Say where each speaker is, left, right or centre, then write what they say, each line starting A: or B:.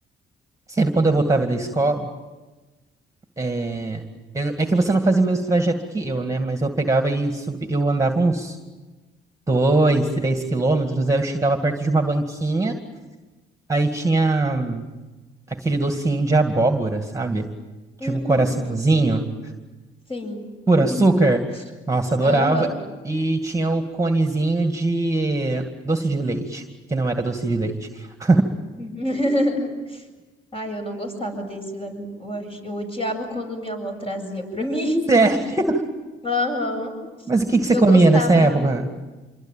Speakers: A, on the right (about 15°); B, on the left (about 30°).
A: sempre quando eu voltava da escola, É, eu- é que você não fazia o mesmo trajeto que eu, né? Mas eu pegava e subi, eu andava uns dois, três quilômetros, aí eu chegava perto de uma banquinha, aí tinha aquele docinho de abóbora, sabe?
B: Uhum.
A: Tipo coraçãozinho,
B: Sim. Sim.
A: por
B: <laughs>
A: açúcar. Nossa, adorava.
B: Aham.
A: E tinha o conezinho de doce de leite, que não era doce de leite. <laughs>
B: <laughs> Ai, eu não gostava desses amigos. Eu ach- eu odiava quando minha avó trazia pra mim.
A: Sério?
B: <laughs> Aham.
A: Mas o que que você
B: Eu
A: comia
B: gostava,
A: nessa época?